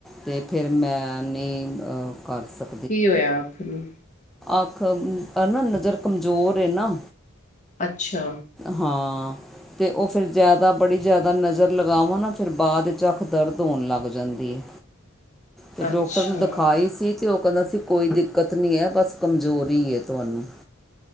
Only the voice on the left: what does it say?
ਕੀ ਹੋਇਆ ਅੱਖ ਨੂੰ?
ਅੱਛਾ।
ਅੱਛਾ